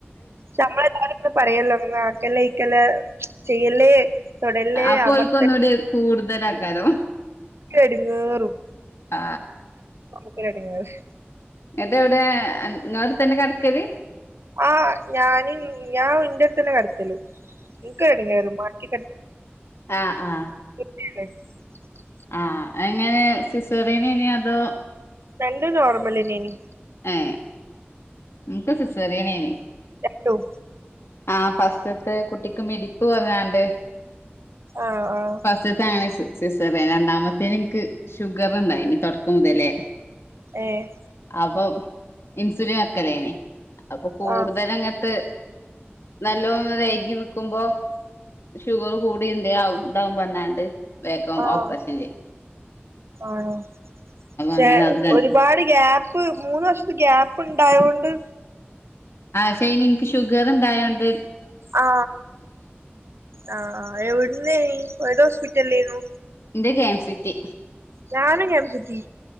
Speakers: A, on the right (about 75°); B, on the left (about 80°).
A: ചമ്മള് നിങ്ങള് പറയല്ലോ അങ്ങനക്കല്ലേ ഇക്കല ചെയ്യല്ലേ തൊടല്ലേ
B: ആ പോയിക്കോ
A: അമർത്തല്ലേ
B: ഒന്നൂടി കൂടുതല ആക്കാരം
A: എടെങ്ങേരും
B: ആ
A: ഇൻക്കൊരു എടങ്ങേറ്
B: ഇതു എവിടെ ഇങ്ങടുതന്നെ കടക്കല്ല്
A: ആ ഞാന് ഞാൻ ഇന്റെ അടുതന്നെ കടക്കല്ല് നിക്ക് എടങ്ങേറ് മാറ്റികി
B: ആ ആ
A: <unintelligible>
B: ആ എങ്ങനെ സെസേറിയനി നോ അതോ
A: രണ്ടും നോർമലിന്നെനി
B: ഏ ഇൻക്ക് സിസറിയന്നെനി
A: രണ്ടും
B: ആ ഫസ്റ്റത്തെ കുട്ടിക്ക് മിടിപ്പ് കുറഞ്ഞാണ്ട്
A: ആഹ് ആഹ്
B: ഫസ്റ്റ് തെ സിസറീയൻ രണ്ടാമത്തേന് എൻക്ക് ഷുഗർറുണ്ടായിന് തുടക്കമുതലേ
A: ഏഹ്
B: അപ്പോം ഇൻസുലിൻ വക്കലേനെ അപ്പൊ കൂടുതല്
A: ആഹ്
B: അങ്ങോട്ട് നല്ലോന്ന് വൈകി നിക്കുമ്പോ ഷുഗർ കൂടിന്തെയാവ് ഇന്താവുബഞ്ഞ എന്ത് വേഗം
A: ആഹ്
B: ഓപ്പറേഷൻ ചെയ്യും
A: ആണോ പക്ഷെ
B: അങ്ങനെ അത് രണ്ട്
A: ഒരുപാട് ഗ്യാപ്പ് ഇപ്പ് മൂന്ന് വർഷത്ത് ഗ്യാപ്പ് ഇണ്ടായോണ്ട്
B: ആ ശൈനിക്ക് ഷുഗർണ്ടായോണ്ട്
A: ആ ആ എവിടുനീയ് ഇത് ഹോസ്പിറ്റലേന്നു
B: ഇന്റെ കെ എം സിറ്റി
A: ഞാനും കെ എം സിറ്റി